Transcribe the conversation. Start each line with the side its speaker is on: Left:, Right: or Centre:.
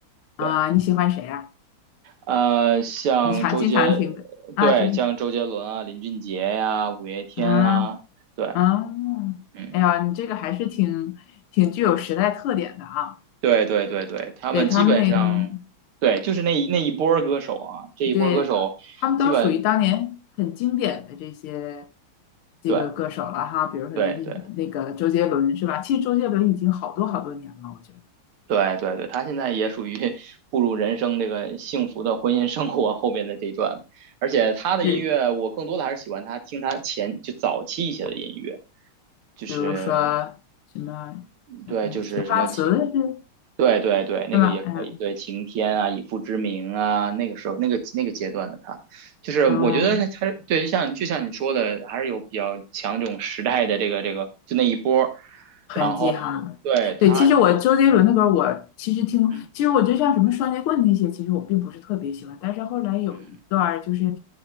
Left: 啊、
Right: 对。
Left: 你喜欢谁呀、
Right: 呃，像周杰，
Left: 你常经常听的啊？
Right: 对，
Left: 周杰，
Right: 像周杰伦啊、林俊杰呀、五月天啊，
Left: 嗯
Right: 对，
Left: 啊，
Right: 嗯，
Left: 哎呀，你这个还是挺挺具有时代特点的啊。
Right: 对对对对，他们基本上，
Left: 对他们那，
Right: 对，就是那一那一波儿歌手啊，这一波儿歌手基本，
Left: 对他们都属于当年很经典的这些这个歌手了哈。
Right: 对
Left: 比如说林俊那个周杰伦是吧？
Right: 对对
Left: 其实周杰伦已经好多好多年了，我觉得
Right: 对对对，他现在也属于 <laughs> 步入人生这个幸福的婚姻生活后边的这一段，而且他的音乐，
Left: 是。
Right: 我更多的还是喜欢他听他前就早期一些的音乐，就是
Left: 比如说什么叫什么《青花瓷》是
Right: 对，就是什么听。对对对，那个也可以，
Left: 是吧？哎呀，
Right: 对《晴天》啊，《以父之名》啊，那个时候那个那个阶段的他，就是我觉得他对，
Left: 嗯，
Right: 就像就像你说的，还是有比较强这种时代的这个这个，就那一波儿。
Left: 很记哈呢对，
Right: 然后对他，
Left: 其实我周杰伦的歌，我其实听，
Right: 嗯
Left: 其实我觉得像什么双截棍那些，其实我并不是特别喜欢。但是后来有一段儿，
Right: 嗯，
Left: 就是